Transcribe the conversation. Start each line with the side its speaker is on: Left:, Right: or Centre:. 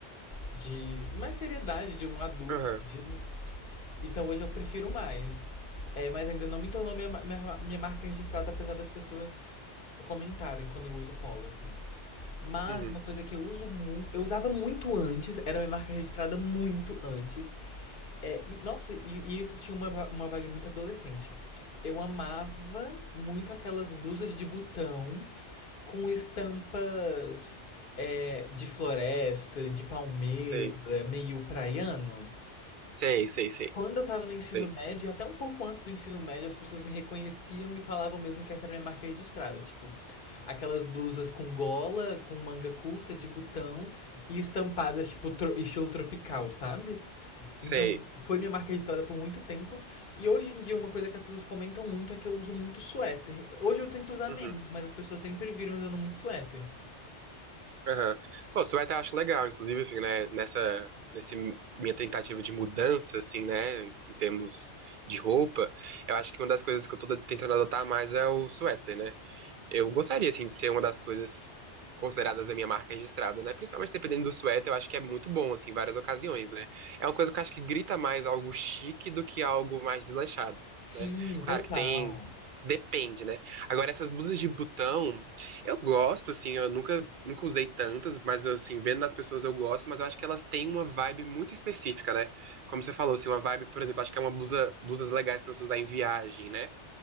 Left: de mais seriedade, de um adulto
Right: Aham,
Left: mesmo. Então hoje eu prefiro mais. É, mas ainda não me tornou minha, ma- minha, minha marca registrada, apesar das pessoas f- comentarem quando eu uso polo, assim. Mas
Right: uhum,
Left: uma coisa que eu uso muito, eu usava muito antes, era minha marca registrada muito antes. É, e, nossa, e, e isso tinha uma, va- uma vibe muito adolescente. Eu amava muito aquelas blusas de botão com estampas é, de floresta, de palmeira,
Right: sei.
Left: meio praiano.
Right: Sei, sei, sei,
Left: Quando eu estava no ensino
Right: sei,
Left: médio, até um pouco antes do ensino médio, as pessoas me reconheciam e falavam mesmo que essa era minha marca registrada. Tipo, aquelas blusas com gola, com manga curta, de botão e estampadas, tipo, tro- estilo tropical, sabe?
Right: sei.
Left: Então, foi minha marca registrada por muito tempo. E hoje em dia, uma coisa que as pessoas comentam muito é que eu uso muito suéter. Hoje eu tento usar
Right: Uhum,
Left: menos, mas as pessoas sempre viram usando muito suéter.
Right: aham. Pô, suéter eu acho legal, inclusive, assim, né, nessa, nessa minha tentativa de mudança, assim, né, em termos de roupa, eu acho que uma das coisas que eu tô tentando adotar mais é o suéter, né? Eu gostaria, assim, de ser uma das coisas consideradas a minha marca registrada, né? Principalmente dependendo do suéter, eu acho que é muito bom, assim, em várias ocasiões, né? É uma coisa que eu acho que grita mais algo chique do que algo mais desleixado,
Left: Sim,
Right: né? Claro
Left: total.
Right: que tem. Depende, né? Agora, essas blusas de botão, eu gosto, assim, eu nunca, nunca usei tantas, mas, assim, vendo nas pessoas eu gosto, mas eu acho que elas têm uma vibe muito específica, né? Como você falou, assim, uma vibe, por exemplo, acho que é uma blusa, blusas legais pra você usar em viagem, né?